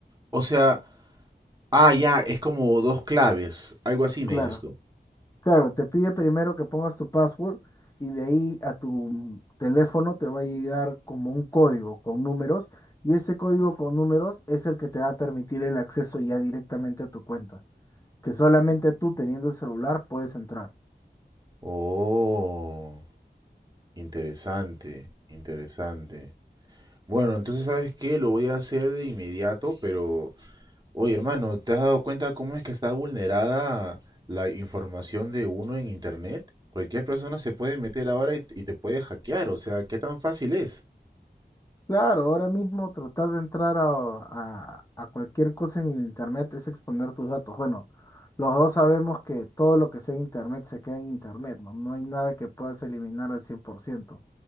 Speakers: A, on the right (about 25°); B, on the left (about 20°).
A: O sea, Ah, ya, es como dos claves, algo así me
B: Claro.
A: dices tú.
B: Claro, te pide primero que pongas tu password y de ahí a tu teléfono te va a llegar como un código con números y ese código con números es el que te va a permitir el acceso ya directamente a tu cuenta, que solamente tú teniendo el celular puedes entrar.
A: Oh, interesante, interesante. Bueno, entonces, ¿sabes qué? Lo voy a hacer de inmediato, pero, oye, hermano, ¿te has dado cuenta cómo es que está vulnerada la información de uno en internet? Cualquier persona se puede meter ahora y, y te puede hackear, o sea, ¿qué tan fácil es?
B: Claro, ahora mismo tratar de entrar a, a- a cualquier cosa en el internet es exponer tus datos. Bueno, los dos sabemos que todo lo que sea en internet se queda en internet, ¿no? No hay nada que puedas eliminar al 100%.